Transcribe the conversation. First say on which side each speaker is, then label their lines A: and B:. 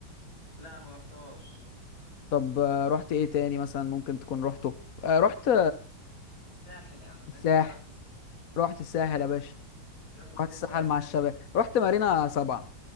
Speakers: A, on the left; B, on the left.
A: لا ما رحتهاش
B: طب آه، رحت ايه تاني مثلا ممكن تكون رحته آه، رحت
A: الساحل يا عم
B: الساحل
A: انت بقى رحت الساحل
B: رحت الساحل يا باشا
A: رحت فين
B: رحت الساحل
A: بقى في الساحل
B: مع الشباب رحت مارينا سبعة